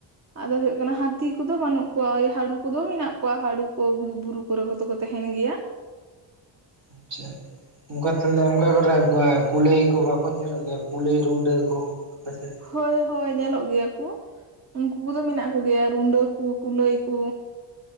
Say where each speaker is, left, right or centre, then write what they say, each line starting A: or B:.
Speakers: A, on the right; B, on the right.
A: ᱟᱫᱚ ᱦᱳᱭᱳᱜ ᱠᱟᱱᱟ ᱦᱟᱺᱛᱤ᱾ <unintelligible> ᱠᱚᱫᱚ ᱵᱟᱹᱱᱩᱜ ᱠᱚᱣᱟ ᱦᱟᱹᱲᱩ ᱠᱚᱫᱚ ᱢᱮᱱᱟᱜ ᱠᱚᱣᱟ ᱦᱟᱹᱲᱩ ᱠᱚ ᱵᱩᱨᱩ ᱠᱚᱨᱮ ᱠᱚᱫᱚ ᱠᱚ ᱛᱟᱦᱮᱱ ᱜᱮᱭᱟ᱾
B: ᱟᱪᱪᱷᱟ᱾ ᱚᱱᱠᱟ ᱛᱟᱦᱚᱞᱮ ᱚᱱᱠᱟ ᱠᱚᱨᱮ ᱠᱩᱞᱟᱹᱭ ᱠᱚ ᱵᱟᱠᱚ ᱧᱮᱞᱚᱜ ᱜᱮᱭᱟ ᱠᱩᱞᱟᱹᱭ ᱨᱩᱰᱟᱹ ᱠᱚ? ᱟᱯᱮ‌ ᱥᱮᱜ?
A: ᱦᱳᱭ ᱦᱳᱭ ᱧᱮᱞᱚᱜ ᱜᱮᱭᱟ ᱠᱚ, ᱩᱱᱠᱩ ᱠᱚᱫᱚ ᱢᱮᱱᱟᱜ ᱠᱚᱜᱮᱭᱟ ᱨᱩᱰᱟᱹ ᱠᱚ ᱠᱩᱞᱟᱹᱭ ᱠᱚ᱾